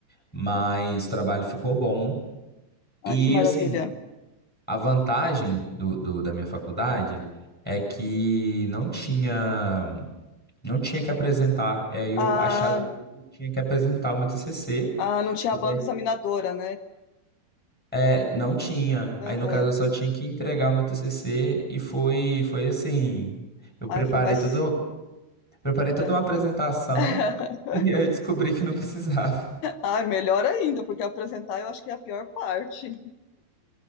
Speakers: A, in the centre; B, on the left.
A: mas o trabalho ficou bom. E
B: Ai, que maravilha.
A: assim, a vantagem do, do- da minha faculdade é que não tinha não tinha que apresentar. É, eu
B: Ah,
A: achava que eu tinha que apresentar o meu TCC.
B: ah, não tinha
A: mas
B: banca
A: aí,
B: examinadora, né?
A: É, não tinha. Aí,
B: Aham.
A: no caso, eu só tinha que entregar o meu TCC e foi, foi assim. Eu preparei
B: Ai, foi mais.
A: todo Preparei toda
B: ah.
A: uma apresentação
B: <laughs>
A: <laughs> e aí eu descobri que não precisava.
B: Ah, melhor ainda, porque apresentar eu acho que é a pior parte.